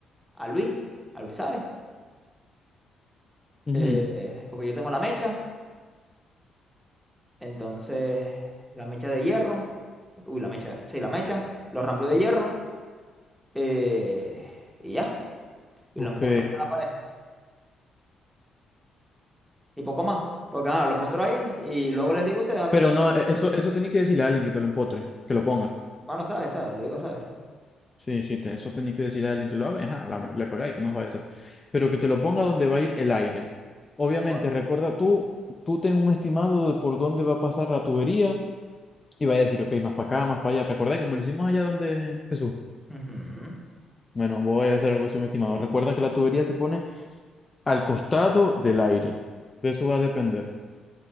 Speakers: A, in the centre; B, on the left (about 25°).
A: a Luis, a Luis ¿sabes?
B: Ujú,
A: Eh, porque yo tengo la mecha, entonces la mecha de hierro, uy, la mecha, sí, la mecha, los ramplos de hierro, eh, y ya, y
B: Ok.
A: lo empotro en la pared, y poco más, porque nada, lo empotro ahí, y luego les digo a ustedes a ver
B: Pero
A: cuándo,
B: no, e- eso, eso tenéis que decirle a alguien que te lo empotre, que lo ponga.
A: bueno, ¿sabes? ¿sabes? Le digo, ¿sabes?
B: Sí, sí, te- eso tenéis que decirle a alguien que lo haga, y, ajá, la- le pegáis, ¿qué más va a hacer? Pero que te lo ponga donde va a ir el aire. Obviamente,
A: Bueno.
B: recuerda tú, tú ten un estimado de por dónde va a pasar la tubería y va a decir, ok, más para acá, más para allá. ¿Te acordás? Como lo hicimos allá donde Jesús.
A: Ujú,
B: Bueno, voy a hacer algo así, un estimado. Recuerda que la tubería se pone al costado del aire. De eso va a depender.